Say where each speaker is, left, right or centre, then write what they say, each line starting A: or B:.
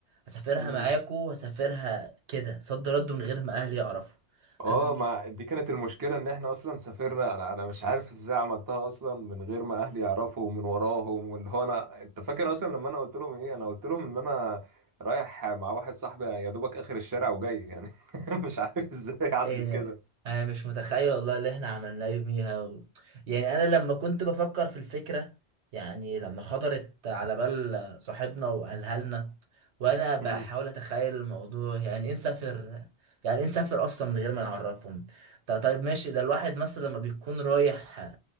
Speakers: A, on the right; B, on the right.
A: اسافرها
B: مم.
A: معاكو واسافرها كده صد رد من غير ما اهلي يعرفوا
B: اه
A: كان
B: ما دي كانت المشكلة ان احنا اصلا سافرنا انا انا مش عارف ازاي عملتها اصلا من غير ما اهلي يعرفوا ومن وراهم واللي هو انا انت فاكر اصلا لما انا قلت لهم ايه انا قلت لهم ان انا رايح مع واحد صاحبي يا دوبك اخر الشارع وجاي يعني <laughs> مش عارف ازاي عدت
A: يعني
B: كده
A: انا مش متخيل والله اللي احنا عملناه يوميها و... يعني انا لما كنت بفكر في الفكره يعني لما خطرت على بال صاحبنا وقالها لنا وانا بحاول
B: مم.
A: اتخيل الموضوع يعني ايه نسافر يعني ايه نسافر اصلا من غير ما نعرفهم طب طيب ماشي ده الواحد مثلا لما بيكون رايح